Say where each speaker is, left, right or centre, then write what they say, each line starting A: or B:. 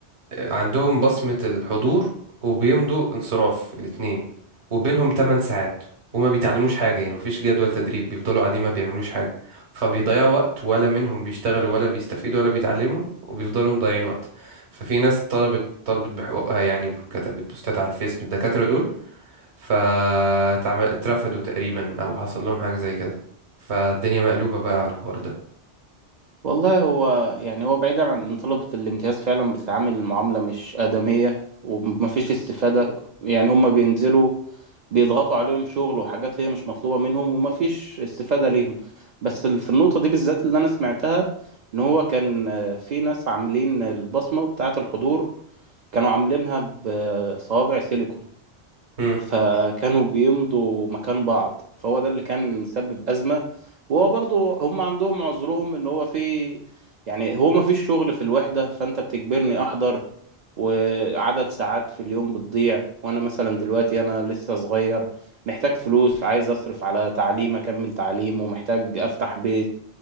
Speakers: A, on the right; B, on the right.
A: عندهم بصمة الحضور وبيمضوا انصراف الاتنين وبينهم 8 ساعات وما بيتعلموش حاجة يعني مفيش جدول تدريب بيفضلوا قاعدين ما بيعملوش حاجة فبيضيعوا وقت ولا منهم بيشتغلوا ولا بيستفيدوا ولا بيتعلموا وبيفضلوا مضيعين وقت ففي ناس طلبت طلبت بحقوقها يعني كتبت بوستات على الفيس من الدكاترة دول فاترفدوا تقريبا أو حصل لهم حاجة زي كده فالدنيا مقلوبة بقى على الحوار ده
B: والله هو يعني هو بعيدا عن ان طلبة الامتياز فعلا بتتعامل المعاملة مش آدمية ومفيش استفادة يعني هما بينزلوا بيضغطوا عليهم شغل وحاجات هي مش مطلوبة منهم ومفيش استفادة ليهم بس ال- في النقطة دي بالذات اللي أنا سمعتها إن هو كان آه، في ناس عاملين البصمة بتاعة الحضور كانوا عاملينها بصوابع سيليكون
A: مم،
B: فكانوا بيمضوا مكان بعض فهو ده اللي كان سبب أزمة وهو برضو هم عندهم عذرهم ان هو في يعني هو ما فيش شغل في الوحدة فانت بتجبرني احضر وعدد ساعات في اليوم بتضيع وانا مثلا دلوقتي انا لسه صغير محتاج فلوس عايز اصرف على تعليم اكمل تعليم ومحتاج افتح بيت